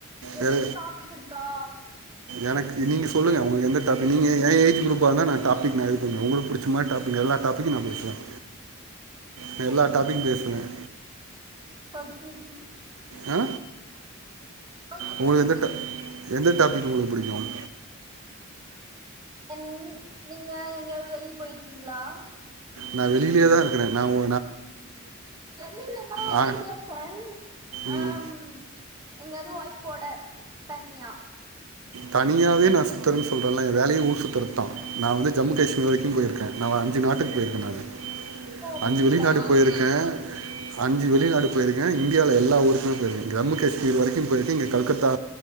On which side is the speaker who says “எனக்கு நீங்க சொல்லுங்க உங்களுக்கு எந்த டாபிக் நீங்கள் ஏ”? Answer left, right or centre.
Right